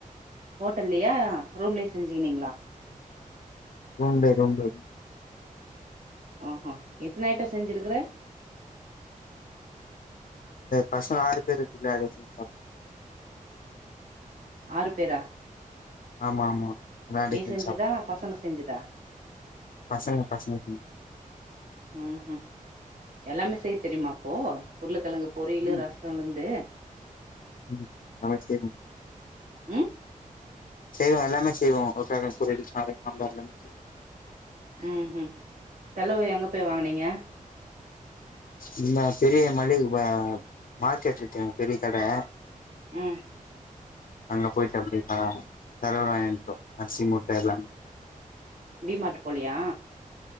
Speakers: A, on the right (about 70°); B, on the left (about 70°).
A: ஹோட்டல்லயா ரூம்லயே செஞ்சுக்னீங்களா
B: ரூம்ளே ரூம்ளே
A: ஓஹோ இத்தன ஐட்டம் செஞ்சிருக்குற
B: பசங்க ஆறு பேர் இருக்ராங்க சா
A: ஆறு பேரா
B: ஆமா ஆமா விளான்டுட்டு
A: நீ
B: வந்து
A: செஞ்சதா
B: சாப்
A: பசங்க செஞ்சதா
B: பசங்க பசங்க
A: உஹம் உஹம் எல்லாமே செய் தெரியுமாப்போ உருளைக்கிழங்கு பொரியலு
B: ம்
A: ரசம்லேருந்து
B: ம் நமஸே மேம்
A: ம்
B: செய்வோம் எல்லாமே செய்வோம் <unintelligible> பொரியல் சாம்பார்லேந்து எல்லாமே செய்வோம்
A: ஹம் ஹம் செலவு எங்க போய் வாங்கனீங்க
B: இந்த பெரிய மளிக மார்கெட் இருக்கு பெரிய கடை
A: உஹம்
B: அங்க போயிட்டு அப்படிய செலவலட்டோம் அரிசி மூட்டை எல்லாமே
A: டீ மார்ட்டு போலயா